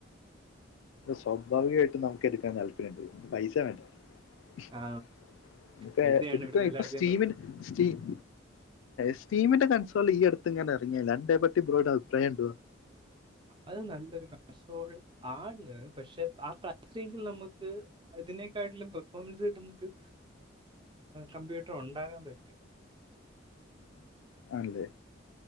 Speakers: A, on the left; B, on the right.
A: സ്വാഭാവികമായിട്ട് നമുക്ക് എടുക്കാൻ താല്പര്യുണ്ട് പൈസ വേണ്ടേ <unintelligible>
B: ആ പൈസയാണ് ഇവിടുത്തെ എല്ലായിടത്തെയും
A: സ്റ്റീമൻ്റ്
B: പ്രശ്നം
A: സ്റ്റീക്ക് സ്റ്റീമിന്റെ കൺസോൾ ഈ അടുത്ത് എങ്ങാനും ഇറങ്ങിയലേ അതിനെ പറ്റി ബ്രോയുടെ അഭിപ്രായം എന്തുവാ.
B: അത് നല്ലൊരു കൺസോൾ ആണ് പക്ഷെ ആ പ്രൈസ് റേഞ്ചിൽ നമുക്ക് അതിനേക്കാട്ടിലും പെർഫോമൻസ് കിട്ടുന്നൊരു കമ്പ്യൂട്ടർ ഉണ്ടാകാൻ പറ്റും
A: ആണല്ലേ